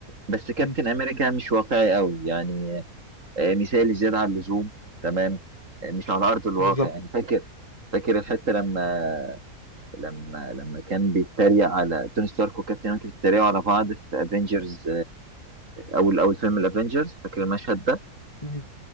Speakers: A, on the right; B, on the left.
A: بس كابتن
B: مم.
A: امريكا مش واقعي قوي يعني آه مثالي زيادة عن اللزوم تمام آه مش على ارض الواقع
B: بالظبط
A: يعني فاكر فاكر الحتة لما لما لما كان بيتريق على توني ستارك وكابتن امريكا بيتريقوا على بعض في افنجرز او اول فيلم الافنجرز فاكر المشهد ده
B: مم.